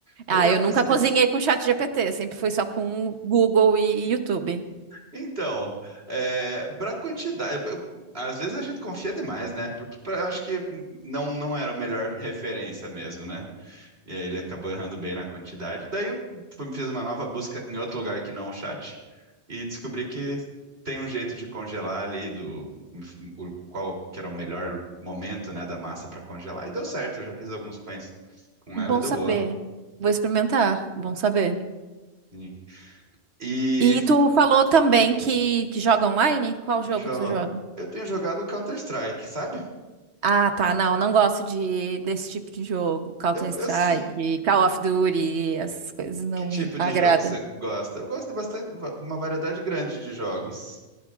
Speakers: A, on the right (about 65°); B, on the right (about 80°).
A: Daí
B: Ah,
A: dei
B: eu
A: uma
B: nunca
A: pesquisa.
B: cozinhei com chat GPT, sempre foi só com Google e YouTube.
A: Então, é, para quantidade, eu- eu- às vezes a gente confia demais, né? Porque pra- eu acho que não, não era a melhor referência mesmo, né? E aí ele acabou errando bem na quantidade. Daí eu fui- fiz uma nova busca em outro lugar que não o chat e descobri que tem um jeito de congelar ali do o- qual que era o melhor momento, né, da massa para congelar. E deu certo, eu já fiz alguns pães com
B: Bom
A: ela e deu
B: saber.
A: boa.
B: Vou experimentar, bom saber.
A: Sim. E
B: E tu falou também que, que joga online? Qual
A: jo-
B: jogo tu joga?
A: eu tenho jogado Counter-Strike, sabe?
B: Ah, tá, não, não gosto de desse tipo de jogo, Counter-Strike,
A: Eu, assim,
B: Call of Duty, essas coisas não
A: que
B: me
A: tipo
B: agrada.
A: de jogo você gosta? Eu gosto de bastante, va- uma variedade grande de jogos.